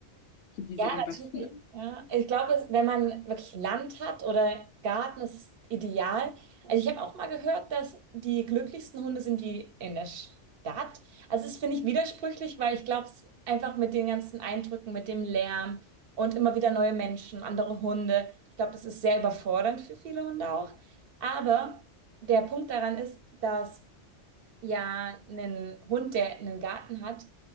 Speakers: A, on the left (about 65°); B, on the right (about 60°).
A: für die
B: Ja,
A: so am besten
B: natürlich.
A: ist.
B: Ja. Ich glaube, es- wenn man wirklich Land hat oder Garten, das ist es ideal. Also ich habe auch mal gehört, dass die glücklichsten Hunde sind die in der Stadt. Also es finde ich widersprüchlich, weil ich glaube, es einfach mit den ganzen Eindrücken, mit dem Lärm und immer wieder neue Menschen, andere Hunde. Ich glaube, das ist sehr überfordernd für viele Hunde auch. Aber der Punkt daran ist, dass ja einen Hund, der einen Garten hat,